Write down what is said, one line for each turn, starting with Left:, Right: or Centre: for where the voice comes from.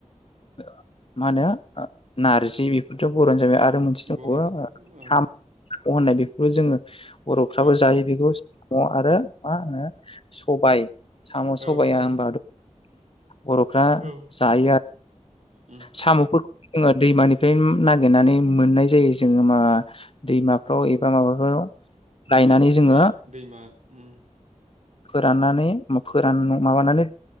Left: ओ मा होनो ओ नारजि बेफोरथ' बर'नो जाग्रा आ रो मोनसे दंबावो
Right: बर'नि
Left: ओ
Right: औ
Left: सा म' होननाय बेफोरखौ जोङो बर'फ्राबो
Right: औ
Left: जायो बेखौ सा म' आरो मा होनो सबाइ साम' सबाइाया
Right: औ औ
Left: होमबाथ' बर'फ्रा
Right: औ
Left: जायो आरो।
Right: उम
Left: साम'फोरखौ जोङो दैमानिफ्राय नागिरनानै मोननाय जायो जोङो मा दैमा फ्राव एबा माबाखौ लायनानै
Right: दै फुख्रि
Left: जोङो
Right: दैमा उम
Left: फोराननानै फोरान माबानानै